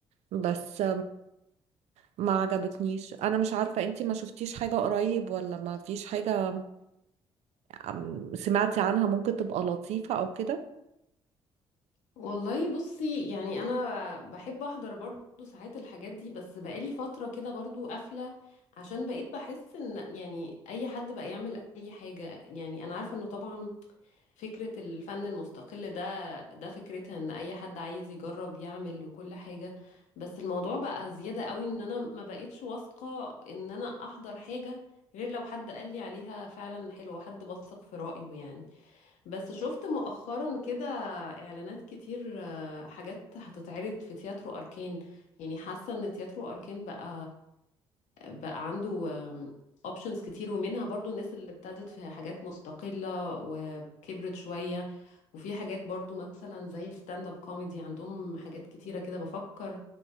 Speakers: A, on the right; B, on the left.
A: بس ما عجبتنيش انا مش عارفة انتي ما شفتيش حاجة قريب ولا ما فيش حاجة عم- سمعتي عنها ممكن تبقى لطيفة او كده
B: والله بصي يعني انا بحب احضر برضو ساعات الحاجات دي بس بقالي فترة كده برضو قافلة عشان بقيت بحس ان يعني اي حد بقى يعمل اي حاجة يعني انا عارفة انه طبعا فكرة الفن المستقل ده ده فكرتها ان اي حد عايز يجرب يعمل وكل حاجة بس الموضوع بقى زيادة قوي ان انا ما بقيتش واثقة ان انا احضر حاجة غير لو حد قال لي عليها فعلا حلوة حد بثق في رأيه يعني بس شفت مؤخرا كده اعلانات كتير آه، حاجات هتتعرض في تياترو اركان يعني حاسة ان تياترو اركان بقى بقى عنده اوبشنز كتير ومنها برضو الناس اللي ابتدت في حاجات مستقلة وكبرت شوية وفي حاجات برضو مثلا زي الستاند اب كوميدي عندهم حاجات كتيرة كده بفكر